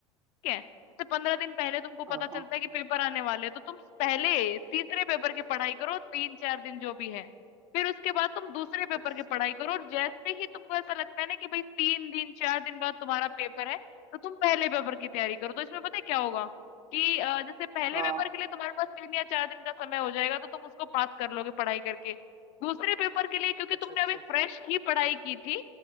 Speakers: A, on the left (about 40°); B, on the right (about 25°).
A: ठीक है तो पंद्रह दिन पहले तुमको पता
B: हाँ
A: चलता
B: हाँ,
A: है कि पेपर आने वाले हैं, तो तुम पहले तीसरे पेपर की पढ़ाई करो तीन चार दिन जो भी है फिर उसके बाद तुम दूसरे पेपर
B: अच्छा
A: की पढ़ाई करो और जैसे ही तुमको ऐसा लगता है ना कि भाई तीन दिन चार दिन बाद तुम्हारा पेपर है तो तुम पहले पेपर की तैयारी करो तो इसमें पता है क्या होगा कि अ, जैसे पहले
B: हाँ
A: पेपर के लिए तुम्हारे पास तीन या चार दिन का समय हो जाएगा तो तुम उसको पास कर लोगे पढ़ाई करके दूसरे पेपर के लिए क्योंकि
B: अच्छा
A: तुमने
B: अच्छा
A: अभी फ्रेश ही पढ़ाई की थी